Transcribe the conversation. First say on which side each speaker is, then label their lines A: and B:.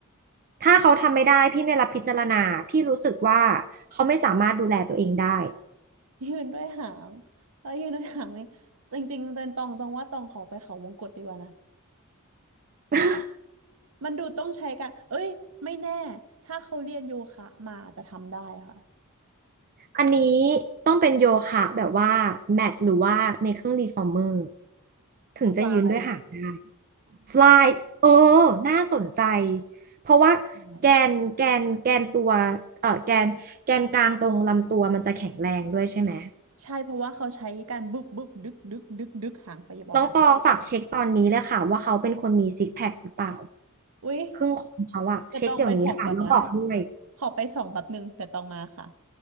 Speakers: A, on the right; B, on the right.
A: ถ้าเขาทำไม่ได้พี่ไม่รับพิจารณาพี่รู้สึกว่าเขาไม่สามารถดูแลตัวเองได้
B: <laughs> ยืนด้วยหางแล้วยืนด้วยหางนี่จริงๆเป็นตองตองว่าตองขอไปเขาวงกตดีกว่านะ
A: <laughs>
B: มันดูต้องใช้กัน เอ้ย ไม่แน่ ถ้าเขาเรียนโยคะมาอาจจะทำได้ค่ะ
A: อันนี้ต้องเป็นโยคะแบบว่าแมทหรือว่าในเครื่องรีฟอร์เมอร์ถึงจะยืนด้วยหาง
B: ไป
A: ฟลายเออน่าสนใจเพราะว่าแกนแกนแกนตัว
B: ยังไง
A: เออแกนแกนกลางตรงลำตัวมันจะแข็งแรงด้วยใช่ไหม
B: ใช่ เพราะว่าเขาใช้การบึบบึบดึกดึกดึกดึกหางไปบ่อย
A: น้องตองฝากเช็คตอนนี้เลยค่ะว่าเขาเป็นคนมีซิกแพคหรือเปล่า
B: อุ๊ย
A: ครึ่งคนเขาอะเช็คเดี๋ยวนี้ค่ะแล้วบอกด้วย
B: จะตองไปส่องก่อนนะ ขอไปส่องแป๊บนึงแต่ตองมาค่ะ